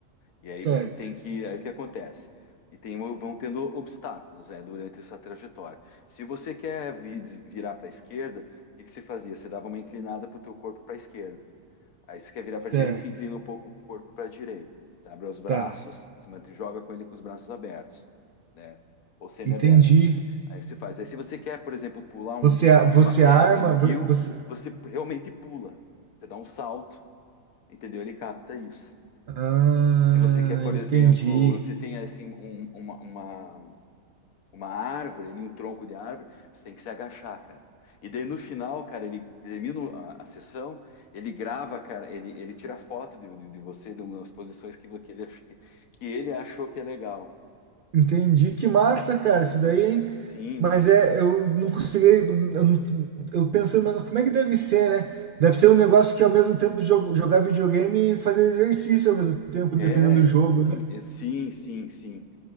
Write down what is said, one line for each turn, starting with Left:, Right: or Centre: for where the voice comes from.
Left: E aí
Right: Certo,
Left: você tem que. Aí o que acontece? E tem, vão tendo obstáculos, né, durante essa trajetória. Se você quer vi- virar para a esquerda, o que que você fazia? Você dava uma inclinada para o teu corpo para a esquerda. Aí você quer virar
Right: certo,
Left: para a direita, se inclina um pouco o corpo para a direita. Você abre os braços,
Right: tá,
Left: se mantém, joga com ele com os braços abertos, né? Ou semi
Right: entendi.
Left: abertos Aí você faz. Aí se você quer, por exemplo, pular um-
Right: Você,
Left: um-
Right: você
Left: uma pedra
Right: arma,
Left: no rio,
Right: vo- você,
Left: você realmente pula. Você dá um salto, entendeu? Ele capta isso.
Right: Ah,
Left: Se você quer, por
Right: entendi.
Left: exemplo, você tem assim um- uma, uma, uma árvore ali, um tronco de árvore, você tem que se agachar, cara. E daí no final, cara, ele termina a, a sessão, ele grava, cara, ele, ele tira foto de, de, de você, de umas posições que, que, ele, ach- que, que ele achou que é legal.
Right: Entendi. Que massa, cara, isso daí, hein?
Left: Sim,
Right: Mas é, eu não consegui. Eu, não- eu pensando, mas como é que deve ser, né? Deve ser um negócio que ao mesmo tempo jo- jogar videogame e fazer exercício ao mesmo tempo,
Left: é,
Right: dependendo do jogo,
Left: exatamente.
Right: né?
Left: é, Sim, sim, sim. O